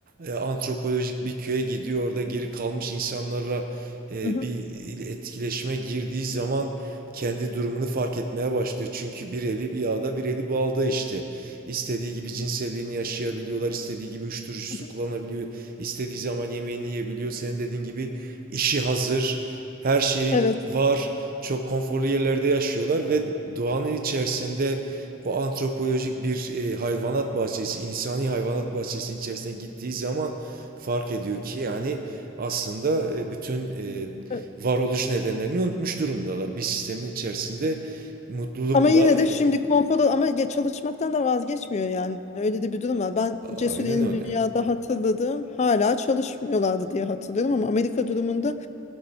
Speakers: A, on the right (about 45°); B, on the left (about 35°).
A: e, antropolojik bir köye gidiyor orada geri kalmış insanlarla e,
B: Hı hı,
A: bir etkileşime girdiği zaman kendi durumunu fark etmeye başlıyor. Çünkü bir eli yağda bir eli balda işte. İstediği gibi cinselliğini yaşayabiliyorlar, istediği gibi uyuşturucusunu
B: hı hı.
A: kullanabiliyor, istediği zaman yemeğini yiyebiliyor. Senin dediğin gibi işi hazır, her şey
B: Evet.
A: var. Çok konforlu yerlerde yaşıyorlar ve doğanın içerisinde o antropolojik bir e, hayvanat bahçesi, insani hayvanat bahçesinin içerisine gittiği zaman fark ediyor ki yani aslında e, bütün e,
B: Evet.
A: varoluş nedenlerini unutmuş durumdalar. Bir sistemin içerisinde mutlulukla,
B: Ama yine de
A: e,
B: şimdi konfoda ama ya çalışmaktan da vazgeçmiyor yani. Öyle de bir durum var. Ben Cesur
A: aynen
B: Dünya'da
A: öyle.
B: hatırladığım hala çalışmıyorlardı diye hatırlıyorum ama Amerika durumunda